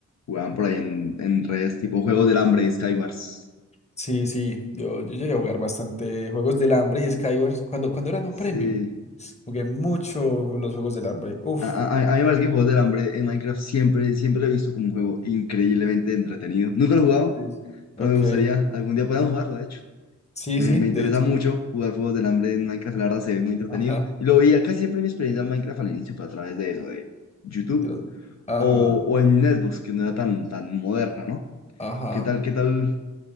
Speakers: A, on the left (about 65°); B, on the left (about 20°).
A: jugaban por ahí en, en redes, tipo Juegos del Hambre, Skywars?
B: Sí, sí, yo, yo llegué a jugar bastante juegos del hambre y Skywars cuando, cuando eran no
A: Sí.
B: premium. Jugué mucho los Juegos del Hambre. Uf,
A: A, a- a- a mí me parece que Juegos del Hambre en Minecraft siempre, siempre lo he visto como un juego increíblemente entretenido. Nunca lo he jugado,
B: Sí.
A: pero
B: ok.
A: me gustaría algún día podamos jugarlo, de hecho.
B: Sí,
A: Me,
B: sí,
A: me interesa
B: de hecho.
A: mucho jugar Juegos del Hambre en Minecraft, la verdad se ve muy entretenido.
B: Ajá.
A: Y lo veía casi siempre mi experiencia en Minecraft al inicio fue a través de eso, de YouTube
B: de los- Ajá,
A: o, o en Xbox, que no era tan, tan moderna, ¿no?
B: ajá.
A: ¿Qué tal, qué tal?